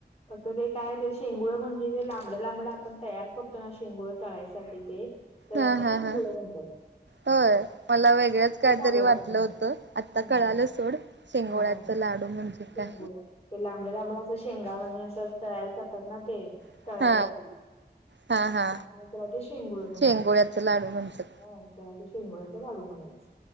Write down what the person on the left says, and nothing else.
फक्त ते काय ते शेंगुळ म्हणजे ते लांबड लांबड आपण तयार करतो ना शेंगुळ तळायसाठी ते. त्याला
ते
शेंगुळ
म्हणत्यात.
लाडू
असे म्हणतात
हा
हा
शेंगुळ्या
ते लांबड लांबड असं शेंगावणी अस तयार करतात ना ते.
तळायसाठी
त्यामुळ तेला ते शेंगुळ म्हणतात.
अ. त्याला ते शेंगोळ्याचा लाडू म्हणायच.